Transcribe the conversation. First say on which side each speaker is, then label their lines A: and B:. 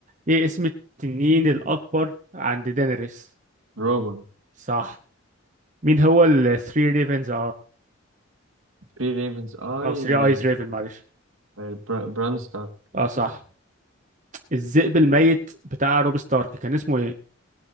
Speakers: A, on the right; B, on the right.
A: ايه اسم التنين الاكبر عند دينيريس
B: روجون
A: صح مين هو الثري ريفنز
B: بري ريفنز اي
A: اه 3 ايز ريفن معلش
B: آه، برا- بران ستارك
A: اه صح الذئب الميت بتاع روب ستارك كان اسمه ايه